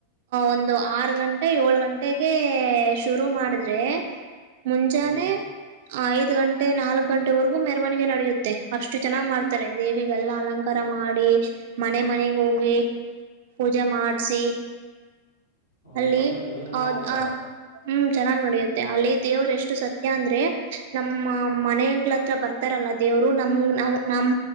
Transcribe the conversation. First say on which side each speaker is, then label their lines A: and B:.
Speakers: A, on the right; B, on the left.
A: ಒಂದು ಆರು ಗಂಟೆ ಏಳ್ ಗಂಟೆಗೆ ಶುರು ಮಾಡಿದ್ರೆ ಮುಂಜಾನೆ
B: ಹ್ಮ್
A: ಐದ್ ಗಂಟೆ ನಾಲ್ಕ್ ಗಂಟೆವರೆಗೂ ಮೆರವಣಿಗೆ ನಡ್ ಡಿಯುತ್ತೆ ಅಷ್ಟು ಚೆನ್ನ್ಗ್ ಮಾಡ್ ತಾರೆ ದೇವಿಗೆಲ್ಲ ಅಲಂಕಾರ ಮಾಡಿ ಮನೆ ಮನೆಗೆ ಹೋಗಿ ಪೂಜೆ ಮಾಡ್ಸಿ
B: ಓ
A: ಅಲ್ಲಿ
B: ತುಂಬಾ ಜೋರ್ ನಡಿಯುತ್ತೆ
A: ಆ ಆ ಹ್ಮ್ ಚೆನ್ನಾಗ್ ನಡೆಯುತ್ತೆ ಅಲ್ಲಿ ದೇವರು ಎಷ್ಟು ಸತ್ಯ ಅಂದ್ರೆ ನಮ್ಮ ಮನೆಗಲತ್ರ ಬರ್ತಾರಲ್ಲ ದೇವ್ರು ನಮ್ ನಾವ್ ನಮ್